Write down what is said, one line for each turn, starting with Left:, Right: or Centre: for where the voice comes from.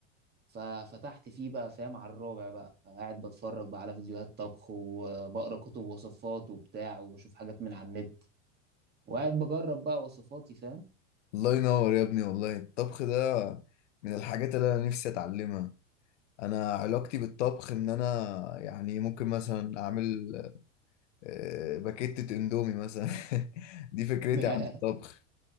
Right: ففتحت فيه بقى فاهم على الرابع بقى قاعد بتفرج بقى على فيديوهات طبخ وبقرا كتب وصفات وبتاع وبشوف حاجات من على النت وقاعد بجرب بقى وصفاتي فاهم
Left: الله ينور يا ابني والله الطبخ ده من الحاجات اللي انا نفسي اتعلمها انا علاقتي بالطبخ ان انا يعني ممكن مثلا اعمل آه، باكيتة اندومي مثلا <laughs> دي فكرتي
Right: <laughs>
Left: عن الطبخ